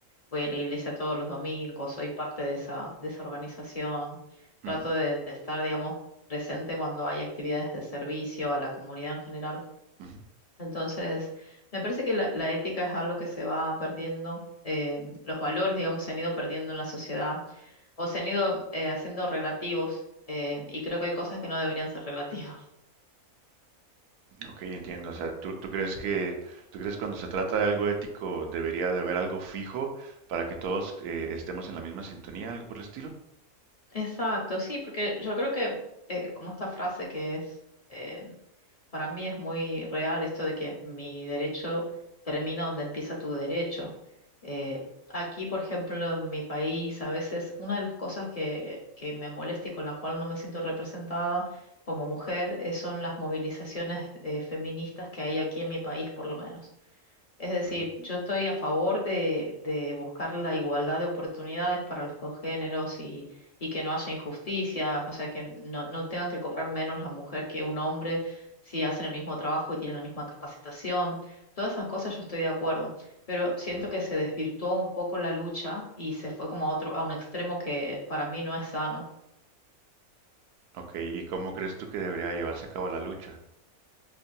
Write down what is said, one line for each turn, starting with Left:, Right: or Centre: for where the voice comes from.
Left: voy a la iglesia todos los domingos, soy parte de esa, de esa organización. Trato
Right: Ujú,
Left: de de estar, digamos, presente cuando hay actividades de servicio a la comunidad en general
Right: ujú.
Left: Entonces, me parece que la, la ética es algo que se va perdiendo, eh, los valores, digamos, se han ido perdiendo en la sociedad o se han ido eh, haciendo relativos eh, y creo que hay cosas que no deberían ser relativas.
Right: Ok, entiendo. O sea, ¿tú, tú crees que, tú crees que cuando se trata de algo ético debería de haber algo fijo para que todos eh, estemos en la misma sintonía, algo por el estilo?
Left: <laughs> Exacto, sí, porque yo creo que eh, como esta frase que es... eh, Para mí es muy real esto de que mi derecho termina donde empieza tu derecho. Eh, aquí, por ejemplo, en mi país, a veces una de las cosas que, que me molesta y con la cual no me siento representada como mujer eh, son las movilizaciones eh, feministas que hay aquí en mi país, por lo menos. Es decir,
Right: Ujú,
Left: yo estoy a favor de, de buscar la igualdad de oportunidades para los dos géneros y, y que no haya injusticias, o sea, que no, no tengan que cobrar menos la mujer que un hombre si hacen el mismo trabajo y tienen la misma capacitación. Todas esas cosas yo estoy de acuerdo, pero siento
Right: ujú.
Left: que se desvirtuó un poco la lucha y se fue como a otro, a un extremo que para mí no es sano.
Right: Ok, ¿y cómo crees tú que debería llevarse a cabo la lucha?